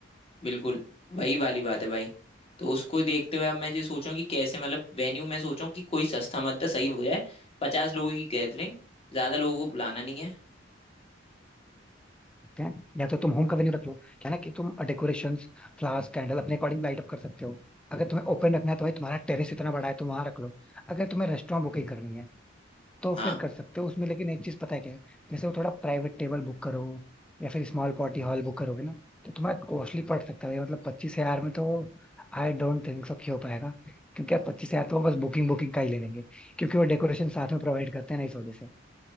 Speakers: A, on the left; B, in the centre.
A: बिल्कुल वही वाली बात है भाई तो उसको देखते हुए अब मैं ये सोचूं कि कैसे मतलब वेन्यू में सोचूं कि कोई सस्ता मद्दा सही हो जाए पचास लोगों की गैदरिंग ज्यादा लोगों को बुलाना नहीं है
B: सकते हैं या तो तुम होम का वेन्यू रख लो क्या ना कि तुम डेकोरेशन फ्लावर्स कैंडल अपने अकॉर्डिंग लाइट अप कर सकते हो अगर तुम्हें ओपन रखना है तो भाई तुम्हारा टेरेस इतना बड़ा है तुम वहां रख लो अगर तुम्हें रेस्टोरेंट बुकिंग करनी है तो
A: हाँ
B: फिर कर सकते हो उसमें लेकिन एक चीज पता है क्या है जैसे वो थोड़ा प्राइवेट टेबल बुक करो या फिर स्मॉल पार्टी हॉल बुक करोगे ना तो तुम्हारा कॉस्टली पड़ सकता है भाई, मतलब पच्चीस हजार में तो आई डोंट थिंक सो हो पाएगा क्योंकि यार पच्चीस हजार तो वो बस बुकिंग बुकिंग का ही ले लेंगे क्योंकि वो डेकोरेशन साथ में प्रोवाइड करते हैं ना इस वजह से